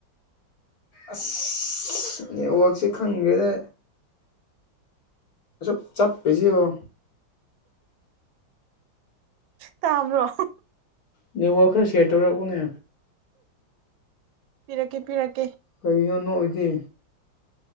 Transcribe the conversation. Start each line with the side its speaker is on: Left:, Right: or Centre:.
Left: ꯑꯁ ꯅꯦꯠꯋꯥꯛꯁꯦ ꯈꯪꯒꯦꯗ ꯑꯁꯨꯛ ꯆꯞ ꯄꯤꯁꯤꯔꯣ
Right: ꯇꯥꯕ꯭ꯔꯣ
Left: ꯅꯋ ꯈꯔ ꯁꯤꯌꯦꯇꯔ ꯎꯅꯦ
Right: ꯄꯤꯔꯛꯀꯦ ꯄꯤꯔꯛꯀꯦ
Left: ꯀꯔꯤꯒꯤꯅꯣꯅꯣ ꯑꯣꯏꯗꯦ